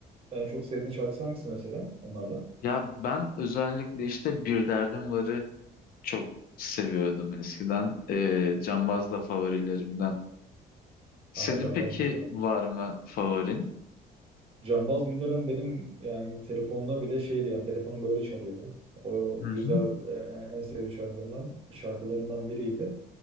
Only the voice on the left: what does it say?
ya ben özellikle işte Bir Derdim Var'ı çok seviyordum eskiden. Ee, Cambaz da favorilerimden. Senin
peki
var mı favorin?
Hı
hı.